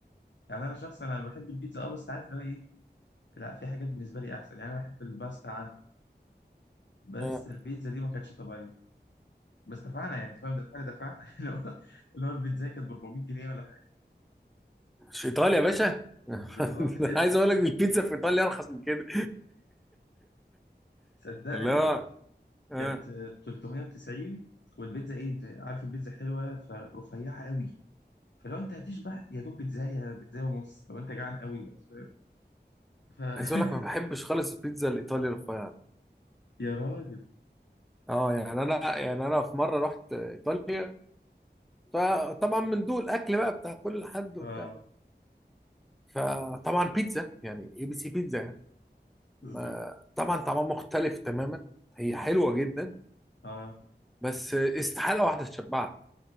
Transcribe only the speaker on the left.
يعني أنا شخص أنا بحب البيتزا اه بس عارف اللي هو إيه لا في حاجات بالنسبة لي أحسن يعني أنا بحب الباستا عنها بس
البيتزا دي ما كانتش طبيعية بس دفعنا يعني تفهم دفعنا دفعنا <laughs> اللي هو اللي هو البيتزا كانت ب 400 جنيه ولا حاجه
بالظبط <laughs> ادفع
صدقني
كانت 390 والبيتزا ايه انت عارف البيتزا حلوه فرفيعه قوي فلو انت هتشبع يا دوب بيتزا يا بيتزا ونص لو انت جعان قوي بقى فاهم ف
<laughs>
يا راجل
اه
بالظبط
اه